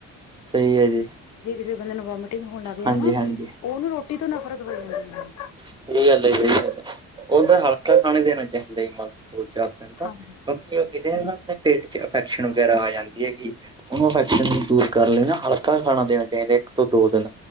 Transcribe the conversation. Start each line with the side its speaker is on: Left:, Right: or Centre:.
Right: ਸਹੀ ਹੈ ਜੀ।
Left: ਜੇ ਕਿਸੇ ਬੰਦੇ ਨੂੰ ਵੋਮੀਟਿੰਗ ਹੋਣ ਲੱਗਿਆ
Right: ਹਾਂਜੀ-ਹਾਂਜੀ।
Left: ਨਾਂ, ਉਹਨੂੰ ਰੋਟੀ ਤੋ ਨਫ਼ਰਤ ਹੋ ਜਾਂਦੀ ਹੈਗੀ।
Right: ਸਹੀ ਗੱਲ ਹੈ, ਸਹੀ ਗੱਲ ਹੈ ਉਹਨੂੰ ਤਾਂ ਹਲਕਾ ਹੀ ਖਾਣਾ ਦੇਨਾ ਚਾਹੀਦਾ ਜੀ ਮਤਲਨ ਦੋ ਚਾਰ ਦਿੰਨ ਤਕ,
Left: ਹਾਂਜੀ
Right: ਬਾਕੀ ਓਹ ਦਿੰਨੇ ਨਾ ਆਪਣੇ ਪੇਟ ਚ ਇਫੈਕਸ਼ਨ ਵਗੈਰਾ ਆ ਜਾਂਦੀ ਹੈਗੀ। ਉਹਨੂੰ ਇਨਫੈਕਸ਼ਨ ਨੂੰ ਦੂਰ ਕਰਨ ਲਈ ਨਾ ਹਲਕਾ ਜਿਹਾ ਖਾਣਾ ਦੇਣਾ ਚਾਹੀਦਾ, ਇੱਕ ਤੋਂ ਦੋ ਦਿਨ।